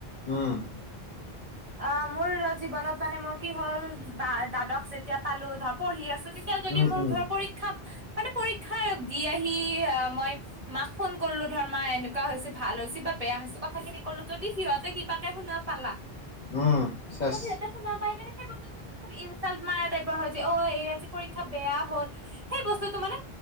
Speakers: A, on the left; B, on the right.
A: উম।
B: অ মোৰ জীৱনত মানে মোৰ কি হ'ল বা দাদক যেতিয়া পালো ধৰ পঢ়ি আছো। পিছত যদি
A: উম
B: মোৰ
A: উম
B: ধৰ পৰীক্ষা। মানে পৰীক্ষা দি আহি অ মই মাক ফোন কৰিলো ধৰ মা এনেকুৱা হৈছে ভাল হৈছে বা। বেয়া হৈছে কথা খিনি কলো ত দি সিহঁতে কিবাকে শুনা পালা
A: উম চেছ
B: ত সিহঁতে শুনা <unintelligible> ইনচাল্ট মাৰা টাইপৰ হয় যে অ এই আজি পৰীক্ষা বেয়া হ'ল সেই বস্তুটো মানে